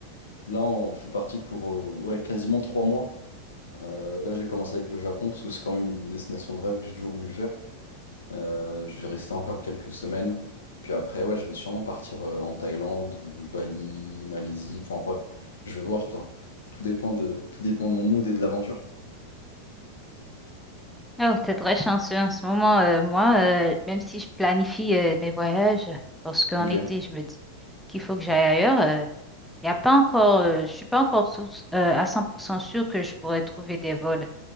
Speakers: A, on the left; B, in the centre.
A: là on- je suis parti pour euh, ouais, quasiment trois mois. Euh, là, j'ai commencé avec le Japon parce que c'est quand même une destination de rêve que j'ai toujours voulu faire. Euh, je vais rester encore quelques semaines. Puis après, ouais, je vais sûrement partir euh, en Thaïlande, euh, Bali, Malaisie. Enfin bref, je vais voir quoi. Tout dépend de, tout dépend de mon mood et de l'aventure.
B: Oh, t'es très chanceux en ce moment. euh, moi, euh, même si je planifie euh, mes voyages, parce qu'en
A: Ok.
B: été, je me dis qu'il faut que j'aille ailleurs, euh, y a pas encore, euh, je suis pas encore tout- euh, à 100% sûre que je pourrais trouver des vols.